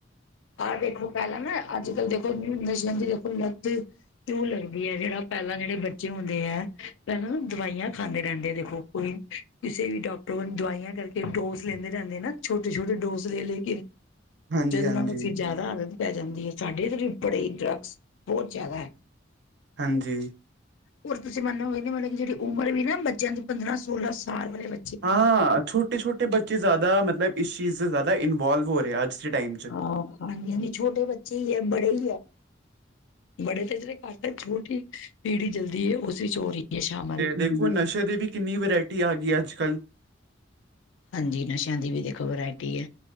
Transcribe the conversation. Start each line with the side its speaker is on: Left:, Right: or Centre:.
Left: ਆ ਦੇਖੋ ਪਹਿਲਾਂ ਨਾ ਅੱਜ ਕੱਲ੍ਹ ਦੇਖੋ ਨਸ਼ਿਆਂ ਦੀ ਦੇਖੋ ਲੱਤ ਲੂ ਲੱਗਦੀ ਹੈ ਜੇੜਾ ਪਹਿਲਾਂ ਜੇੜੇ ਬੱਚੇ ਹੁੰਦੇ ਹੈ ਪਹਿਲਾਂ ਨਾ ਦਵਾਈਆਂ ਖਾਂਦੇ ਰਹਿੰਦੇ ਆ ਦੇਖੋ ਕੋਈ ਕਿਸੇ ਵੀ ਡਾਕਟਰ ਵੱਲ ਦਵਾਈਆਂ ਕਰਕੇ ਡੋਸ ਲੈਂਦੇ ਰਹਿੰਦੇ ਨਾ ਛੋਟੇ, ਛੋਟੇ ਡੋਸ ਲੈ ਲੈ ਕੇ
Right: ਹਾਂਜੀ
Left: ਜਦੋਂ
Right: ਹਾਂਜੀ
Left: ਉਹਨਾ ਨੂੰ ਫੇਰ ਜਾਦਾ ਆਦਤ ਪੈ ਜਾਂਦੀ ਏ ਸਾਡੇ ਇਧਰ ਵੀ ਬੜੇ ਈ ਡਰੱਗਸ ਬਹੁਤ ਜ਼ਿਆਦਾ।
Right: ਹਾਂਜੀ।
Left: ਹੋਰ ਤੁਸੀਂ ਮੰਨੋ ਗੇ ਨੀ ਮਤਲਬ ਕੀ ਜੇੜੀ ਉਮਰ ਵੀ ਨਾ ਬੱਚਿਆਂ ਦੀ ਪੰਦਰਾਂ ਸੋਲਾਂ ਸਾਲ ਵਾਲੇ ਬ
Right: ਹਾਂ ਛੋਟੇ, ਛੋਟੇ ਬੱਚੇ ਜ਼ਿਆਦਾ ਮਤਲਬ ਇਸ ਚੀਜ਼ ਜ਼ਿਆਦਾ ਇਨਵੋਲਵ ਹੋ ਰਿਹਾ ਅੱਜ ਟਾਈਮ 'ਚ
Left: ਹਾਂ ਹਾਂਜੀ-ਹਾਂਜੀ ਛੋਟੇ ਬੱਚੇ ਵੀ ਹੈ ਬੜੇ ਵੀ ਹੈ। ਬੜੇ ਤੇ ਜਰੇ ਘੱਟ ਹੈ ਛੋਟੀ ਪੀੜੀ ਜਲਦੀ ਏ ਉਸ ਚੋ <unintelligible> ਸ਼ਾਮ
Right: ਤੇ ਦੇਖੋ ਨਸ਼ੇ ਦੀ ਵੀ ਕਿੰਨੀ ਵੈਰਾਇਟੀ ਆ ਗਈ ਅੱਜ ਕੱਲ੍ਹ
Left: ਹਾਂਜੀ ਨਸ਼ਿਆਂ ਦੀ ਵੀ ਦੇਖੋ ਵੈਰਾਇਟੀ ਹੈ